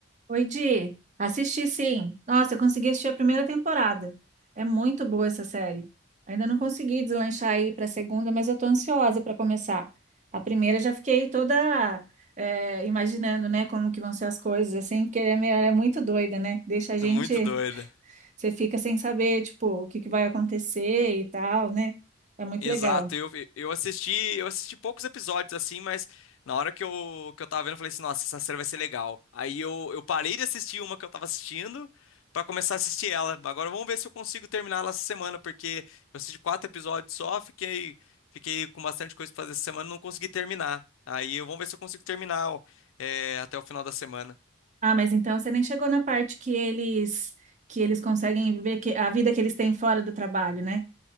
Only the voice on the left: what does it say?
Muito doida.
Exato,
eu, eu assisti, eu assisti poucos episódios assim, mas na hora que eu, que eu tava vendo, eu falei assim, nossa, essa série vai ser legal. Aí eu, eu parei de assistir uma que eu tava assistindo pra começar a assistir ela. Agora vamos ver se eu consigo terminar ela essa semana, porque eu assisti quatro episódios só, fiquei, fiquei com bastante coisa pra fazer essa semana, e não consegui terminar. Aí eu- vamos ver se eu consigo terminar, ó, é, até o final da semana.